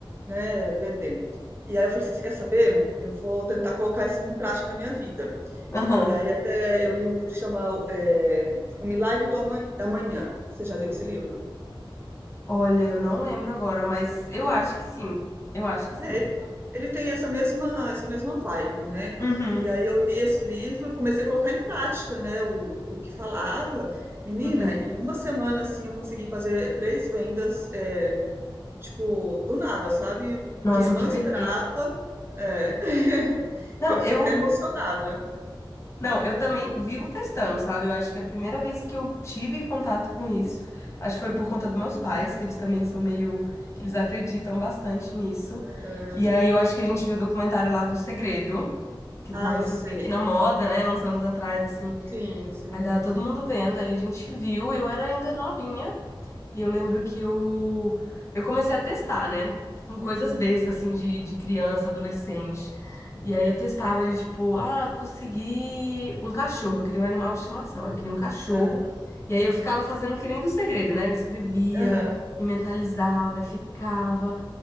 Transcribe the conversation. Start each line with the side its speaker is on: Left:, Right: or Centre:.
Right: né, vender. E aí eu falei assim, você quer saber? Eu vou tentar colocar isso em prática na minha vida.
Left: Aham.
Right: E aí até eu li um livro que chama é, O Milagre do Ama- da Manhã. Você já leu esse livro?
Left: Olha, eu não lembro agora, mas eu acho que sim. Eu acho que sim.
Right: É, ele, ele tem essa mesma, essa mesma vibe, né?
Left: Uhum,
Right: E aí eu li esse livro, comecei a colocar em prática, né, o, o que falava. Menina,
Left: uhum.
Right: em uma semana, assim, eu consegui fazer três vendas, é, tipo, do nada, sabe?
Left: Nossa,
Right: Que eu não
Left: que perfeito.
Right: esperava. é. <laughs>
Left: Não,
Right: E eu fiquei
Left: eu,
Right: até emocionada.
Left: não, eu também vivo testando, sabe? Eu acho que a primeira vez que eu tive contato com isso, acho que foi por conta dos meus pais, que eles também são meio, eles acreditam bastante nisso.
Right: Aham.
Left: E aí eu acho que a gente viu o documentário lá do Segredo, que tava
Right: Ah,
Left: assim
Right: eu sei.
Left: meio que na moda, né, uns anos atrás assim.
Right: Sim, sim.
Left: Aí tava todo mundo vendo, aí a gente viu, eu era ainda novinha. E eu lembro que eu, eu comecei a testar, né? Com coisas
Right: Uhum.
Left: bestas, assim, de, de criança, adolescente. E aí eu testava de tipo, ah, consegui um cachorro. Eu queria um animal de estimação. Eu queria um cachorro.
Right: É.
Left: E aí eu ficava fazendo que nem do segredo, né? Eu escrevia
Right: Aham.
Left: e mentalizava e ficava.